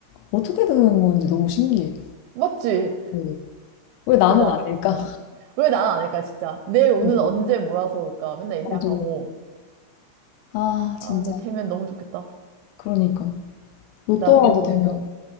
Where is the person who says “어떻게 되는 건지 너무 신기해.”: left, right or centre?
Left